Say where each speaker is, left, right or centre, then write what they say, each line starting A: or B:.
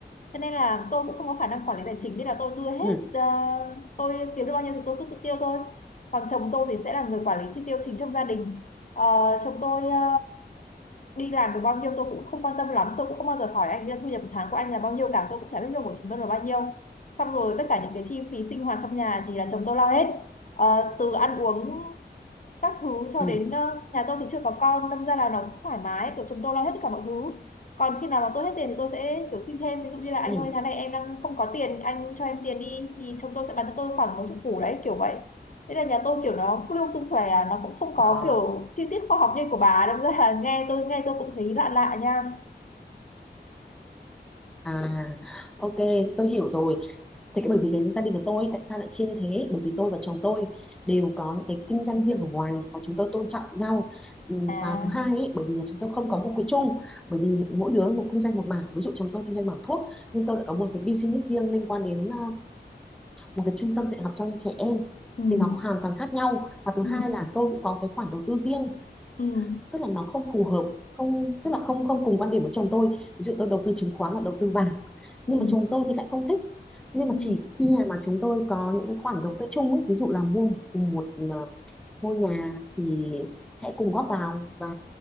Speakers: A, on the left; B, in the centre.
A: cho nên là tôi cũng không có khả năng quản lý tài chính nên là tôi đưa hết
B: ừ
A: ờ, tôi kiếm được bao nhiêu thì tôi cứ tự tiêu thôi còn chồng tôi thì sẽ là người quản lý chi tiêu chính trong gia đình Ờ, chồng tôi ờ, đi làm được bao nhiêu tôi cũng không quan tâm lắm tôi cũng không bao giờ hỏi anh là thu nhập một tháng của anh là bao nhiêu cả tôi cũng chả biết lương của chúng tôi là bao nhiêu xong rồi tất cả những cái chi phí sinh hoạt trong nhà thì là chồng tôi lo hết Ờ, từ ăn uống các thứ cho
B: ừ
A: đến ờ, nhà tôi thì chưa có con đâm ra là nó cũng thoải mái kiểu chúng tôi lo hết tất cả mọi thứ còn khi nào mà tôi hết tiền thì tôi sẽ kiểu xin thêm ví dụ như là anh
B: ừ
A: ơi tháng này em đang không có tiền anh cho em tiền đi thì chồng tôi sẽ bán cho tôi khoảng mấy chục củ đấy kiểu vậy thế là nhà tôi kiểu nó lung tung xòe à, nó cũng không có
B: à.
A: kiểu chi tiết khoa học như của bà đâm ra là nghe tôi nghe tôi cũng thấy lạ lạ nha
B: À, ok, tôi hiểu rồi. Thế cái bởi vì cái gia đình của tôi tại sao lại chia như thế? Bởi vì tôi và chồng tôi đều có những cái kinh doanh riêng ở ngoài và chúng tôi tôn trọng nhau. Ừ,
A: à
B: Và thứ hai ấy, bởi vì là chúng tôi không có một quỹ chung, bởi vì mỗi đứa một kinh doanh một mảng. Ví dụ chồng tôi kinh doanh mảng thuốc, nhưng tôi lại có một cái business riêng liên quan đến à, một cái trung tâm dạy học cho trẻ em.
A: ừ
B: Thì nó hoàn toàn khác nhau. Và thứ
A: ừ
B: hai là tôi cũng có cái khoản đầu tư riêng
A: ừ
B: tức là nó không phù hợp không tức là không không cùng quan điểm với chồng tôi ví dụ tôi đầu tư chứng khoán và đầu tư vàng nhưng
A: ừ
B: mà chồng tôi thì lại không thích nhưng mà
A: ừ
B: chỉ khi mà chúng tôi có những cái khoản đầu tư chung ấy, ví dụ là mua cùng một ờ, ngôi nhà thì sẽ cùng góp vào và